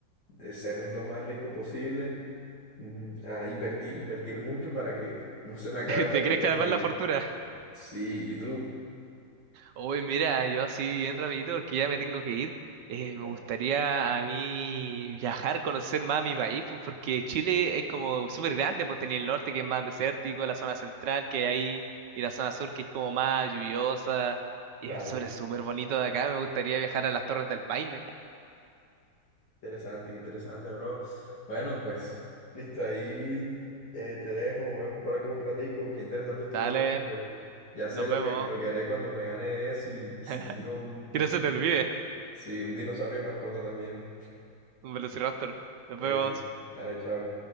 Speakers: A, on the left; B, on the right.
A: de ser lo más rico posible, mm, a invertir, invertir mucho para que no se me acabe esa
B: ¿Te
A: riqueza.
B: crees que además la fortuna?
A: Sí, ¿y tú?
B: Uy, mira, yo así bien rapidito porque ya me tengo que ir. Eh, me
A: Vale.
B: gustaría a mí viajar, conocer más mi país, pues, porque Chile es como súper grande, pues tenía el norte que es más desértico, la zona central que hay, y la zona sur que es como más lluviosa,
A: Vale.
B: y es súper, súper bonito de acá. Me gustaría viajar a las Torres del Paine.
A: Interesante, qué interesante, bro. Bueno, pues, listo, ahí eh, te dejo, me voy a ocupar acá un ratico, qué interesante estuvo
B: Dale,
A: todo. hombre. Ya sé
B: nos
A: lo
B: vemos.
A: que, lo que haré cuando me gane eso y, <laughs> y si
B: <laughs>
A: tengo un, un-
B: Que no se te olvide,
A: sí, un dinosaurio mascota también.
B: un Velociraptor. Nos
A: Eso.
B: vemos.
A: Dale, chao.